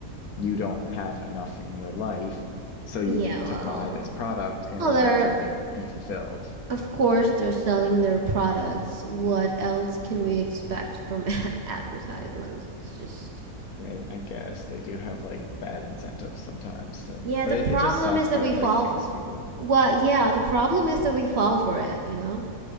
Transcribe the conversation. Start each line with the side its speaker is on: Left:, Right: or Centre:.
Left: you don't have enough in your life, so you
Right: Yeah.
Left: need
Right: Well.
Left: to buy this product in
Right: Well,
Left: order
Right: there.
Left: to like be fulfilled.
Right: Of course they're selling their products. What else can we
Left: Mm.
Right: expect from <laughs> advertisements? It's just
Left: I mean, I guess they do have like bad incentives sometimes, and
Right: Yeah,
Left: but
Right: the
Left: it,
Right: problem
Left: it just sucks
Right: is that
Left: that
Right: we
Left: it
Right: fall
Left: like makes
Right: f-
Left: people
Right: well, yeah, the problem is that we fall for it, you know?